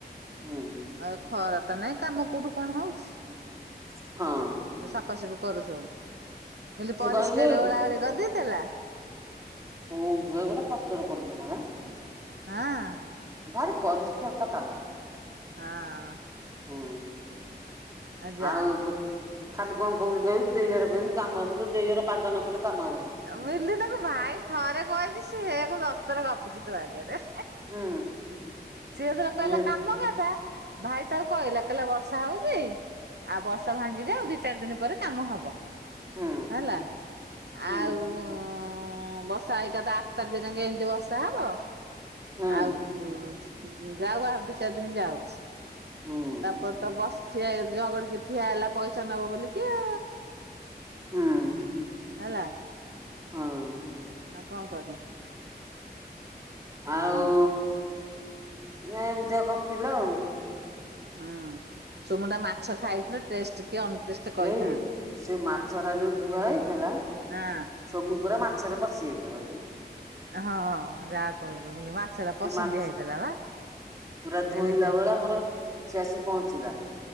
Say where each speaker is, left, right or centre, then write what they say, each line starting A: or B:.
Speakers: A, on the right (about 20°); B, on the right (about 75°).
A: ହୁଁ।
B: ଆଉ ଖରା ତ ନାଇଁ କାମ କୋଉଠୁ କଣ ହୋଉଛି।
A: ହଁ।
B: ସଫାସଫି କରୁ ସବୁ ମୁଁ କହିଲି
A: ମୁଁ
B: ପରିଷ୍କାର
A: କହିଲି
B: ଓଳା ଓଳି କରିଦେଇ ଥିଲା?
A: କୋଉଠୁ ପା ଗୋଟେ ପତର ପଡି ନଥିଲା।
B: ହଁ।
A: ଭାରି ପରିଷ୍କାର ତା କାମ।
B: ହଁ।
A: ହୁଁ
B: ଯା
A: ଆଉ। ଖାଲି କଣ କହୁଚି କହିଲୁ ଦେଇ ଘର କୋହୁଚନ୍ତି କାମ ହବ ମୁଁ କହିଲି ଦେଇ ଘର ପାଗ ନ କଲେ କାମ ହବ ନେଇ।
B: ଆ ମୁଁ କହିଲି ତାକୁ ଭାଇ ଥରେ କହିଚି ସିଏ ସେଇଆକୁ ଦଶଥର ଗପିଚି ତୋ ଆଗେରେ।
A: ହୁଁ।
B: ସିଏ ଯେତେବେଳ
A: ହୁଁ
B: କହିଲା କାମ କଥା ଭାଇ ତାକୁ କହିଲା କହିଲେ ବର୍ଷା ହୋଉଚି ଆଉ ବର୍ଷା ଭାଙ୍ଗିଯାଉ ଦି ଚାରି ଦିନ ପରେ କାମ ହବ।
A: ହୁଁ
B: ହେଲା
A: ହୁଁ
B: ଆଉ ହଁ ବର୍ଷା ହେଇକା ତ ଆଠ ତାରିଖ ଯାଁକେ ଏମିତି ବର୍ଷା ହବ
A: ହୁଁ
B: ଆଉ ହଁ ଯାଉ ଆଉ ଦି ଚାରି ଦିନ ଯାଉ
A: ହୁଁ
B: ତାପରେ ତ ବସ୍ ସିଏ ଝଗଡି କରଥିଲା ହେଲା ପଇସା ନବ ବୋଲି କି ଆ
A: ହଁ।
B: ହେଲା
A: ହଁ।
B: ଆଉ କଣ କରିବ
A: ଆଉ
B: ହଁ
A: ଏମିତିଆ କପିଲା ଆଉ
B: ହଁ ସୁମୁ ଟା ମାଛ ଖାଇଥିଲେ ଟେଷ୍ଟ କି ଅନ ଟେଷ୍ଟ କହିଥାନ୍ତା
A: ଦେଇ ସେ ମାଛରା ଯୋଉ ଧୁଆ ହେଇଥିଲା
B: ହଁ
A: ସୋମୁ ପୁରା ମାଛରେ ପଶିଯାଇଥିବ ଏଇଗା।
B: ହଁ ଯାହା କହିଲୁ ମୁଲି ମାଛ ଟା
A: ସେ
B: ପସନ୍ଦିଆ
A: ମାଛ
B: ହେଇଥିଲା ବା।
A: ପୁରା
B: କହିଲେ
A: ଧୋଇଲା
B: ସେ
A: ବେଳେ ଆମର ସେ ଆସିିକି ପହଞ୍ଚିଲା।